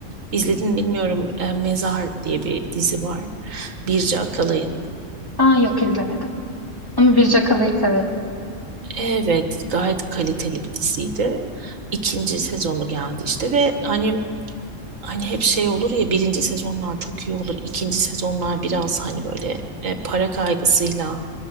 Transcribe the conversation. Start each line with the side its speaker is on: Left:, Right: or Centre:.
Right: İzledin bilmiyorum e, Mezar diye bir dizi var. Birce Akalay'ın.
Left: Aa yok izlemedim. Ama Birce Kala'yı severim.
Right: Evet, gayet kaliteli bir diziydi. İkinci sezonu geldi işte ve hani hani hep şey olur ya birinci sezonlar çok iyi olur. ikinci sezonlar biraz hani böyle e, para kaygısıyla